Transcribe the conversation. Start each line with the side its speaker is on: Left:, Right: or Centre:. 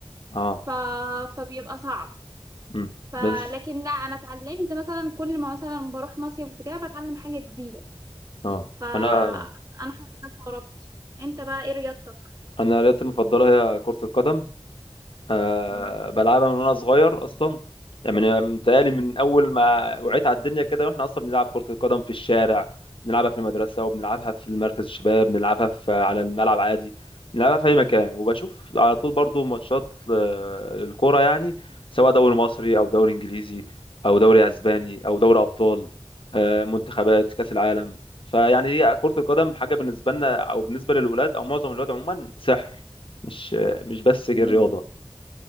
Left: اه
Right: ف... فبيبقى صعب
Left: مم.
Right: فلكن
Left: بس
Right: لا أنا اتعلمت مثلا كل ما مثلا بروح مصيف بتاع بتعلم حاجة جديدة
Left: اه
Right: فأنا
Left: انا
Right: حاسة استغربت أنت بقى إيه رياضتك؟
Left: انا رياضتي المفضلة هي كرة القدم أه
Right: مم.
Left: بلعبها من وانا صغير اصلا يعني متهيألي من اول ما وعيت على الدنيا كده واحنا اصلا بنلعب كرة القدم في الشارع بنلعبها في المدرسة وبنلعبها في مركز الشباب بنلعبها في على الملعب عادي بنلعبها في اي مكان وبشوف على طول برضو ماتشات آه، للكرة يعني سواء دوري مصري او دوري انجليزي او دوري اسباني او دوري ابطال آه، منتخبات كاس العالم فيعني هي كرة القدم حاجة بالنسبة لنا او بالنسبة للولاد او معظم الولاد عموما سحر مش مش بس رياضة
Right: مم.